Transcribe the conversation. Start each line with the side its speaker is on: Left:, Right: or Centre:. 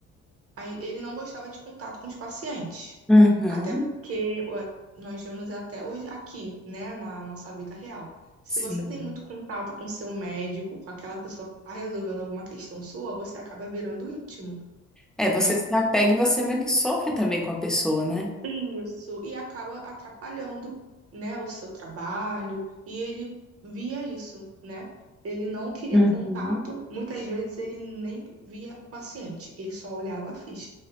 Right: Aí ele não gostava de contato com os pacientes,
Centre: Uhum,
Right: até porque o- nós vemos até hoje aqui, né, na nossa vida real. Se
Centre: sim.
Right: você tem muito contato com seu médico, com aquela pessoa que está resolvendo alguma questão sua, você acaba virando íntimo,
Centre: É, você
Right: né?
Centre: se apega e você meio que sofre também com a pessoa, né?
Right: Isso, e acaba atrapalhando, né, o seu trabalho, e ele via isso, né? Ele não queria
Centre: Uhum.
Right: contato, muitas vezes ele nem via o paciente, ele só olhava a ficha